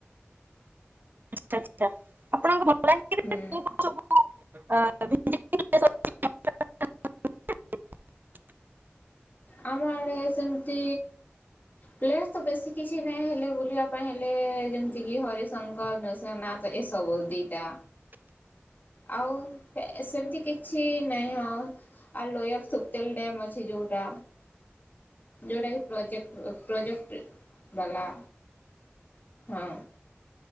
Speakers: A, on the right (about 50°); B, on the left (about 45°).
A: ଆଛା ଆଛା, ଆପଣଙ୍କ ମଲାିର
B: ହୁଁ।
A: ସବୁ <unintelligible> ଆ <unintelligible>
B: ଆମ ଆଡେ ସେମିତି ପ୍ଲେ ତ ବେଶୀ କିଛି ନାହିଁ। ହେଲେ ବୁଲିବା ପାଇଁ ହେଲେ ଯେମିତି କି ହରିଶଙ୍କର ନସିୟ ନାଥ୍ ଏ ସବୁ ଦିଇଟା।
A: <inaudible>
B: ଆଉ ସେମିତି କିଛି ନାହିଁ। ହଁ। ଆ ଲୋୟାର ସୁୁପତେଲ ଅଛି ଯଉଟା। ଯେଉଟା କିି ପ୍ରୋଜେକ୍ଟ୍ ପ୍ରୋଜେକ୍ଟ୍ ବାଲା। ହଁ।